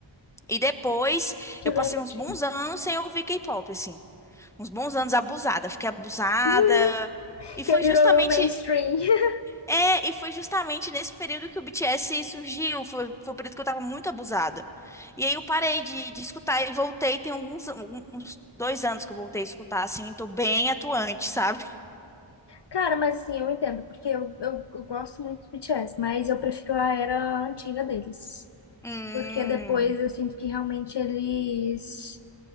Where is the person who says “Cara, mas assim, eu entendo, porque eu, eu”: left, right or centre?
Left